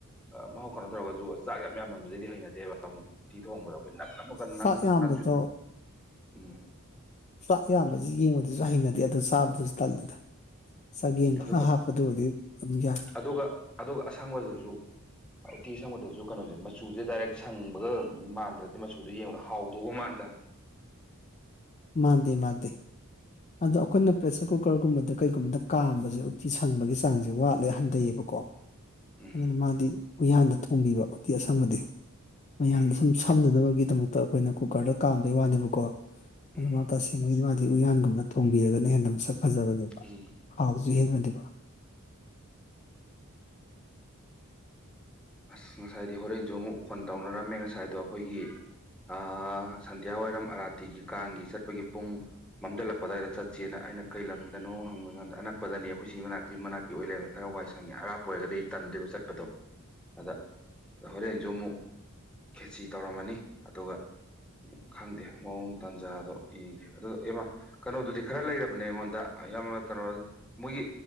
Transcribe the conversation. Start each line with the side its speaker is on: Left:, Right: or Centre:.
Centre: ꯃꯍꯥꯎ ꯈꯣꯟꯠꯅ ꯇꯧꯔꯒꯁꯨ ꯆꯥꯛ ꯌꯥꯝ ꯌꯥꯝ ꯅꯕꯁꯤꯗꯤ ꯍꯩꯅꯗꯦꯕ ꯑꯃꯨꯛ ꯇꯤ ꯊꯣꯡꯕꯗ ꯑꯩꯈꯣꯏ ꯅꯝ
Left: ꯆꯥꯛ
Centre: ꯅꯝ ꯅꯪ
Left: ꯌꯥꯝꯕꯗꯣ
Centre: ꯅꯪꯁꯨ ꯎꯝ
Left: ꯆꯥꯛ ꯏꯌꯥꯝꯕꯁꯤ ꯌꯦꯡꯕꯗꯨꯁꯨ ꯍꯩꯅꯗꯦ ꯑꯗꯨ ꯆꯥꯕꯗꯨꯁꯨ ꯇꯜꯂꯤꯗ ꯆꯒꯦꯡ
Centre: ꯎꯝ ꯑꯗꯨꯒ
Left: ꯈꯔ ꯍꯥꯞꯄꯗꯨꯕꯨꯗꯤ ꯑꯗꯨꯝ ꯌꯥꯏ
Centre: ꯑꯗꯨꯒ ꯑꯗꯨꯒ ꯑꯁꯪꯕꯗꯖꯨ ꯎꯇꯤ ꯁꯪꯕꯗꯁꯨ ꯀꯩꯅꯣꯁꯦ ꯃꯆꯨꯁꯦ ꯗꯥꯏꯔꯦꯛ ꯁꯪꯕꯒ ꯃꯥꯟꯗ꯭ꯔꯗꯤ ꯃꯆꯨꯗꯣ ꯌꯦꯡꯕꯗ ꯍꯥꯎꯗꯧꯕ ꯃꯥꯟꯗꯕꯅꯦ
Left: ꯃꯥꯥꯟꯗꯦ ꯃꯥꯟꯗꯦ ꯑꯗꯣ ꯑꯩꯈꯣꯏꯅ ꯄ꯭ꯔꯦꯁꯔ ꯀꯨꯀꯔꯒꯨꯝꯕꯗ ꯀꯩꯒꯨꯝꯕꯗ ꯀꯥꯝꯕꯁꯦ ꯎꯇꯤ ꯁꯪꯕꯒꯤ ꯆꯥꯡꯁꯦ ꯋꯥꯠꯂꯦ ꯍꯟꯊꯩꯌꯦꯕꯀꯣ
Centre: ꯎꯝ
Left: ꯑꯗꯨꯅ ꯃꯥꯗꯤ ꯎꯌꯥꯟꯗ ꯊꯣꯡꯕꯤꯕ ꯎꯇꯤ ꯑꯁꯪꯕꯗꯤ ꯃꯌꯥꯟꯗ
Centre: ꯎꯝ
Left: ꯁꯨꯝ ꯐꯝꯅꯅꯕꯒꯤꯗꯃꯛꯇ ꯑꯩꯈꯣꯏꯅ ꯀꯨꯀꯔꯗ ꯀꯥꯝꯕꯩ ꯋꯥꯅꯦꯕꯀꯣ
Centre: ꯎꯝ
Left: ꯑꯗꯨ ꯃꯥ ꯇꯁꯦꯡꯕꯩꯗꯤ ꯃꯥꯗꯤ ꯎꯌꯥꯟꯒꯨꯝꯕꯗ ꯊꯣꯡꯕꯤꯔꯒꯅ ꯍꯦꯟꯅ ꯃꯁꯛ ꯐꯖꯕꯅꯦꯕ
Centre: ꯎꯝ
Left: ꯍꯥꯎꯁꯨ ꯍꯦꯟꯕꯅꯦꯕ
Centre: ꯑꯁ ꯉꯁꯥꯏꯗꯤ ꯍꯣꯔꯦꯟꯁꯨ ꯑꯃꯨꯛ ꯐꯣꯟ ꯇꯧꯅꯔꯝꯃꯦ ꯉꯁꯥꯏꯗꯣ ꯑꯩꯈꯣꯏꯒꯤ ꯑꯥ ꯁꯟꯗ꯭ꯌꯥ ꯋꯥꯏꯔꯝ ꯑꯔꯥꯇꯤꯒꯤ ꯀꯥꯡꯒꯤ ꯆꯠꯄꯒꯤ ꯄꯨꯡ ꯃꯝꯁꯤꯜꯂꯛꯄꯗꯋꯥꯏꯗ ꯆꯠꯁꯦꯅ ꯑꯩꯅ ꯀꯩ ꯂꯝꯗꯅꯣ ꯍꯪꯕꯀꯥꯟꯗ ꯑꯅꯛꯄꯗꯅꯤ ꯑꯩꯈꯣꯏ ꯁꯤ ꯃꯅꯥꯛꯇ ꯃꯅꯥꯛ ꯒꯤ ꯑꯣꯏ ꯂꯩꯔꯝꯃꯦ ꯈꯔ ꯋꯥꯏ ꯁꯪꯉꯦ ꯑꯔꯥꯞꯄ ꯑꯣꯏꯔꯒꯗꯤ ꯇꯟꯗꯣꯏꯕ ꯆꯠꯄꯗꯣ ꯑꯗ ꯍꯣꯔꯦꯟꯁꯨ ꯑꯃꯨꯛ ꯈ꯭ꯔꯦꯆꯤ ꯇꯧꯔꯝꯃꯅꯤ ꯑꯗꯨꯒ ꯈꯪꯗꯦ ꯃꯑꯣꯡ ꯇꯥꯟꯖꯥꯗꯣ ꯌꯦꯡꯈꯤ ꯑꯗꯨ ꯏꯃ ꯀꯩꯅꯣꯗꯨꯗꯤ ꯈꯔ ꯂꯩꯔꯕꯅꯦ ꯑꯩꯉꯣꯟꯗ ꯌꯥꯝ ꯀꯩꯅꯣ ꯃꯣꯏꯒꯤ